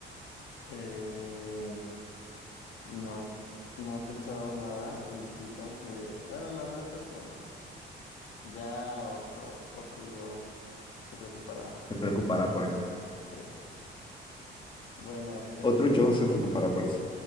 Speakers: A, on the left (about 90°); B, on the left (about 25°).
A: Eh, no, no he pensado nada y sí tengo que, bueno, no, todo es temprano. Ya otro, otro yo se preocupará
B: ¿Te preocupará
A: por el disfraz.
B: por eso?
A: Sí. Bueno, este,
B: Otro yo
A: me-
B: se preocupará por eso.